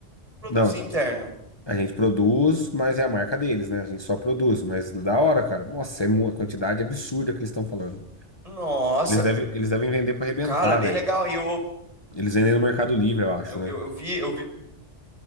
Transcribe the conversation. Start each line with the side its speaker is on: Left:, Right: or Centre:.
Right: produzir
Left: Não,
Right: interno?
Left: a gente produz, mas é a marca deles, né? A gente só produz. Mas da hora, cara. Nossa, é uma quantidade absurda que eles estão falando.
Right: Nossa,
Left: Eles devem, eles devem vender pra arrebentar,
Right: cara, é bem
Left: velho.
Right: legal. E eu,
Left: Eles vendem no Mercado Livre, eu acho,
Right: eu,
Left: né?
Right: eu, eu vi, eu vi.